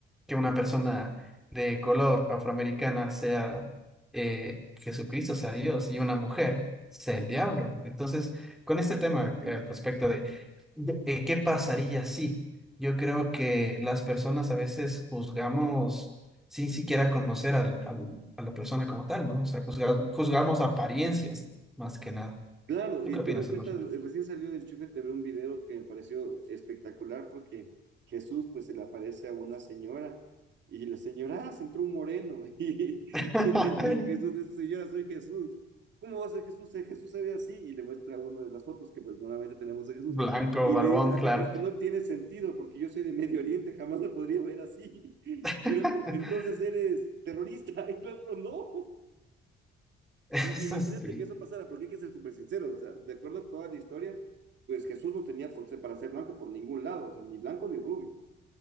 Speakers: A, in the centre; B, on the right.
A: que una persona de color afroamericana sea eh, Jesucristo, sea Dios y una mujer sea el diablo. Entonces, con este tema eh,
B: Mm.
A: al respecto de, de, eh, qué pasaría si, yo creo que las personas a veces juzgamos sin siquiera conocer al- al- a la persona como tal, ¿no? O sea, juzga- juzgamos apariencias más que nada.
B: Claro,
A: ¿Tú
B: y
A: qué opinas,
B: tuve en cuenta,
A: Elushi?
B: recién salió de Enchufe TV un video que me pareció espectacular porque Jesús pues se le aparece a una señora y la señora, ah, se entró un moreno <laughs> y,
A: <laughs>
B: y le- Jesús dice, señora, soy Jesús. ¿Cómo va a ser Jesús? Si Jesús se ve así y le muestra una de las fotos que pues normalmente tenemos de Jesús
A: Blanco,
B: y
A: barbón,
B: le dice, "Ajá,
A: claro.
B: es que no tiene sentido porque yo soy de Medio Oriente, jamás me podría ver así. <laughs>
A: <laughs>
B: Y el otro, entonces eres terrorista. <laughs> Y el otro, no.
A: Eso
B: I- Imagínate
A: sí.
B: que eso pasara, porque hay que ser súper sinceros, o sea, de acuerdo a toda la historia, pues Jesús no tenía por ser- para ser blanco por ningún lado, o sea, ni blanco ni rubio.